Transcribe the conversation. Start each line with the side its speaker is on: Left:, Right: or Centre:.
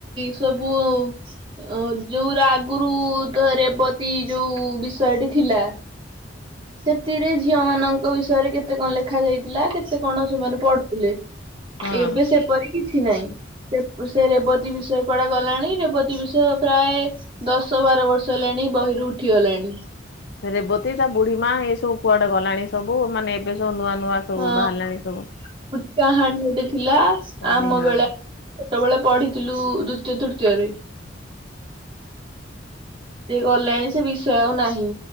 Right: ସବୁ ଅଁ ଯୋଉରା ଆଗୁରୁ ତ ରେବତୀ ଯୋଉ ବିଷୟଟି ଥିଲା। ସେତିରେ ଝିଅ ମାନଙ୍କ ବିଷୟରେ କେତେ କଁ ଲେଖା ଯାଇଥିଲା କେତେ କଣ ସେମାନେ ପଢୁଥୁଲେ।
Left: ହଁ।
Right: ଏବେ ସେପରି କିଛି ନାଇଁ। ସେପ୍ ସେ ରେବତୀ ବିଷୟ କୁଆଡେ ଗଲାଣି ରେବତୀ ବିଷୟ ପ୍ରାଏ ଦଶ ବାର ବର୍ଷ ହେଲାଣି ବହିରୁ ଉଠିଗଲାଣି।
Left: ରେବତୀ ତା ବୁଢୀ ମା ଏଇ ସବୁ କୁଆଡେ ଗଲାଣି ସବୁ ମାନେ ଏବେ ସବୁ ନୂଆ ନୂଆ ସବୁ
Right: ହଁ
Left: ବାହାରିଲାଣି ସବୁ।
Right: କାହାଣୀ ଗୋଟେ ଥିଲା
Left: କହାଣୀ
Right: ଆମ
Left: ହଁ।
Right: ବେଳେ। ଛୋଟୋ ବୋଳେ ପଢିଥିଲୁ ଦୁତୀୟ ତୃତୀୟରେ। ସିଏ ଗଲାଣୀ ସେ ବିଷୟ ଆଉ ନାହିଁ।